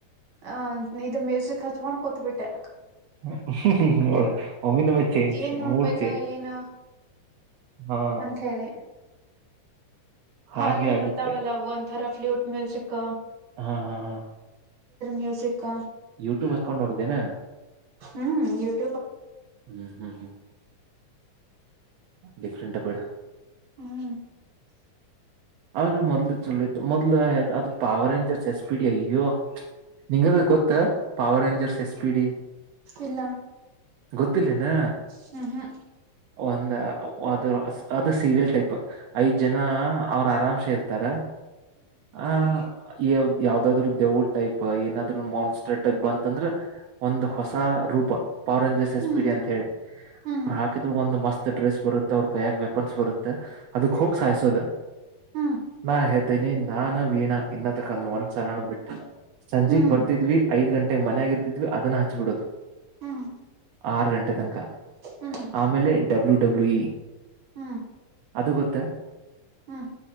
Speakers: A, on the right; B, on the right.
A: ಅಹ ಇ ಮ್ಯೂಸಿಕ್ ಹಚ್ಕೊಂಡ್ ಕತ್ಬಿಟ್ಟೆ
B: ಹ ಹ್ಮ್ ಹ್ಮ್ ನೋಳ ಒಮಿನಮ ಚೇಂಜ
A: ಏನ್ ನೋಡ್ಬೇಕಾ
B: ಮೂಡ್ ಚೇಂಜ
A: ಏನ
B: ಹಾ
A: ಅಂತ ಹೇಳಿ
B: ಹಾಗೆ
A: ಖಾಲಿ
B: ಆಗುತ್ತೆ
A: ಬರ್ತಾವಲ್ಲ ಒಂದಥರ ಫ್ಲಯೂಟ್ ಮ್ಯಲ್ಸಿಕ್
B: ಹಾ ಹಾ ಹಾ
A: ಮ್ಯೂಸಿಕ್
B: ಯೂಟ್ಯೂಬ್ ಹಸ್ಕೊಂಡ್ ನೋಡಿದ್ದೇನಾ
A: ಹ್ಮ್ ಇವತ್ತು
B: ಹ್ಮ್ ಹ್ಮ್ ಹ್ಮ್ ಕ್ಕ್ರಂಟ ಬೇಡ
A: ಹ್ಮ್
B: ಅವಲ್ಲ ಮೊದ್ಲು ಚಲ ಇತ್ತು ಮೊದ್ಲು ಅದ ಪಾವರ್ ಇಂಜಸ್ ಎಸ್ಪೀಡ್ ಅಯ್ಯೋ ನಿಂಗದ್ರೆ ಗೊತ್ತ power rangers S P D
A: ಇಲ್ಲ
B: ಗೊತ್ತಿಲ್ಲಿನ
A: ಹ್ಮ್ ಹ್ಮ್
B: ಒಂದ ಅದು ಅದು ಸೀರಿಯಲ್ ಟೈಪ್ ಐದ್ ಜನ ಅವ್ರ ಆರಾಮ್ಸೆ ಇರ್ತಾರ ಆ ಯ ಯಾವ್ದಾದ್ರು ದೆವು ಟೈಪ್ ಏನಾದ್ರು ಮಾನ್ಸ್ಟರ್ ಟೈಪ್ ಬಂತಂದ್ರ ಒಂದ್ ಹೊಸ ರೂಪ ಪಾರಂಜರ್ಸ್ ಎಸ್
A: ಹ್ಮ್
B: ಪಿಡಿ ಅಂತ ಹೇಳಿ
A: ಹ್ಮ್
B: ಅವರು ಹಾಕಿದ್ರು ಒಂದು ಮಸ್ತ್ ಡ್ರೆಸ್ ಬರುತ್ತೆ ಅವ್ರ ಕೈಯ ವೆಪನ್ಸ್ ಬರುತ್ತೆ ಅದಕ್ ಹೋಗಿ ಸಾಯಿಸೋದ
A: ಹ್ಮ
B: ನಾ ಹೇಳ್ತೇನಿ ನಾನ ವೀಣ ಇನ್ನ ತಕಾನ ಒಂದ್ ಸಲಾನ ಬಿಟ್ಟಿಲ್ಲ ಸಂಜೆಗ್
A: ಹ್ಮ್
B: ಬರ್ತಿದ್ವಿ ಐದ್ ಗಂಟೆಗೆ ಮನ್ ಆಗರ್ತಿದ್ವಿ ಅದನ್ನ ಹಚ್ಬಿಡೋದು
A: ಹ್ಮ್
B: ಆರು ಗಂಟೆ ತನಕ
A: ಹ್ಮ್
B: ಆಮೇಲೆ ಡಬ್ಲ್ಯೂ ಡಬ್ಲ್ಯೂಇ
A: ಹ್ಮ್
B: ಅದು ಗೊತ್ತ
A: ಹ್ಮ್